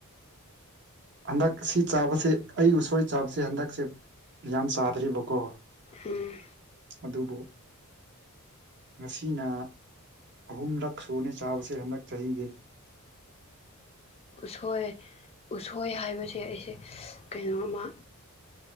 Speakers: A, on the right; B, on the left.
A: ꯍꯟꯗꯛ ꯁꯤ ꯆꯥꯕꯁꯦ ꯑꯩ ꯎꯁꯣꯏ ꯆꯥꯕꯁꯦ ꯍꯟꯗꯛꯁꯦ ꯌꯥꯝ ꯆꯥꯗ꯭ꯔꯤꯕꯀꯣ
B: ꯎꯝ
A: ꯑꯗꯨꯕꯨ ꯉꯁꯤꯅ ꯑꯍꯨꯝꯂꯛ ꯁꯨꯅꯤ ꯆꯥꯕꯁꯦ ꯍꯟꯗꯛ ꯆꯍꯤꯒꯤ
B: ꯎꯁꯣꯏ ꯎꯁꯣꯏ ꯍꯥꯏꯕꯁꯦ ꯑꯩꯁꯦ ꯀꯩꯅꯣꯃ